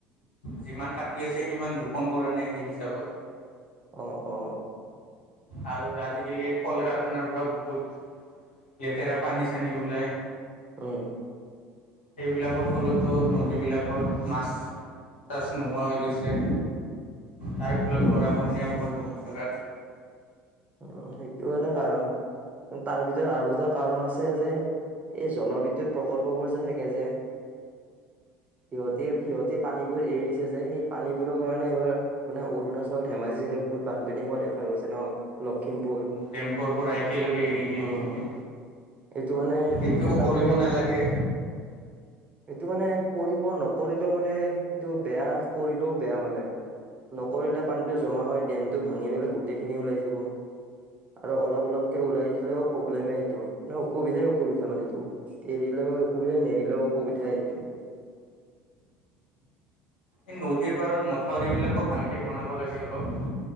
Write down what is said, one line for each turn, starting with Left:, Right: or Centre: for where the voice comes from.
Left: যিমান কাটি আছে সিমান ৰোপণ কৰা নাই সেই হিচাপত।
Right: অ অ।
Left: আৰু আজিকালি কল কাৰখানাৰ পৰা বহুত লেতেৰা পানী-চানী ওলাই
Right: উম।
Left: সেইবিলাকৰ ফলতো নদীবিলাকত মাছ তাচ নোহোৱা হৈ গৈছে,
Right: উম
Left: তাৰে ফলত
Right: উম
Left: গৰা খহনীয়াও হ'ল বহুত জাগাত।
Right: উম সেইটোও এটা কাৰণ তাৰ ভিতৰত আৰু এটা কাৰণ আছে সেই যে এই জলবিদ্যুৎ প্ৰকল্প বোৰ যে থাকে যে সিহঁতে সিহঁতে পানীবোৰ এৰি দিছে যে সেই পানীবোৰৰ কাৰণে এইবাৰ মানে অৰুণাচল আচল ধেমাজিফালে বহুত বানপানী হোৱা দেখা গৈছে ন লখিমপুৰ
Left: ডেম্পৰ পৰা একেলগে এৰি দিয়ে সেইখিনি।
Right: উম এইটো মানে
Left: এইটোও
Right: এটা
Left: কৰিব
Right: মানে এইটো
Left: নালাগে।
Right: এইটো মানে কৰিব নকৰিলেও মানে এইটো বেয়া কৰিলেও বেয়া মানে। নকৰিলে পানীটো জমা হয় ডেমটো ভাঙি পেলাই গোটেইখিনি ওলাই যাব। আৰু অলপ অলপকে ওলাই দিলেও প্ৰব্লেমে এইটো। অসুবিধাই অসুবিধা মানে এইটো। এৰিলেও অসুবিধা নেৰিলেও অসুবিধাই এইটো।
Left: এই নদীৰ পাৰত মথাউৰি বিলাকো ভালকে বনাব লাগে অলপ।